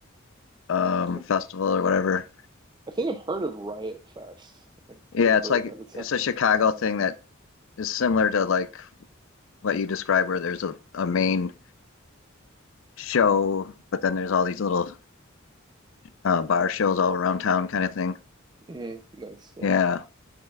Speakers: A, on the left; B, on the right.
A: um,
B: I,
A: Festival or whatever.
B: I think I've heard of Riot Fest. I
A: Yeah,
B: think I've
A: it's
B: heard
A: like
B: of that. It's
A: it's
B: not,
A: a Chicago thing that is similar to like what you described, where there's a, a main show, but then there's all these little uh, bar shows all around town, kind of thing.
B: mm, nice. Yeah,
A: Yeah,